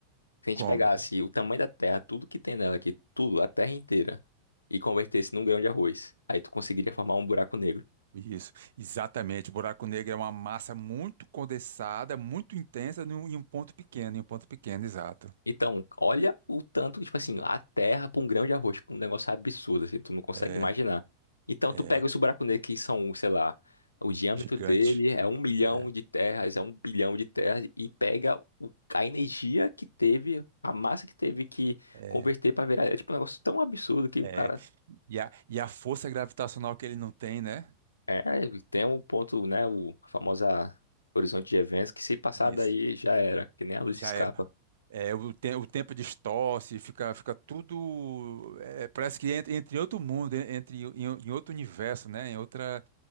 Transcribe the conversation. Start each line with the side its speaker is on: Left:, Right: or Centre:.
Left: Se a gente
Right: como?
Left: pegasse o tamanho da Terra, tudo que tem nela aqui, tudo, a Terra inteira, e convertesse num grão de arroz, aí tu conseguiria formar um buraco negro.
Right: Isso, exatamente. O buraco negro é uma massa muito condensada, muito intensa num- em um ponto pequeno, em um ponto pequeno, exato.
Left: Então, olha o tanto, que tipo assim, a terra pra um grão de arroz, tipo, um negócio absurdo, assim, tu não consegue
Right: É,
Left: imaginar. Então,
Right: é,
Left: tu pega esse buraco negro que são, sei lá, o diâmetro
Right: gigante.
Left: dele é um milhão
Right: É.
Left: de terras, é um bilhão de terras, e pega o- a energia que teve, a massa que teve que
Right: é.
Left: converter pra virar. É tipo um negócio tão absurdo que
Right: É,
Left: o cara.
Right: e a, e a força gravitacional que ele não tem, né?
Left: É, tem um ponto, né, o a famosa horizonte de eventos, que se passar
Right: Isso.
Left: daí já era, que nem a luz
Right: Já
Left: escapa.
Right: era. É, o, te- o tempo distorce, fica, fica tudo. é, parece que entra, entra em outro mundo, en- entre em, em em outro universo, né? Em outra,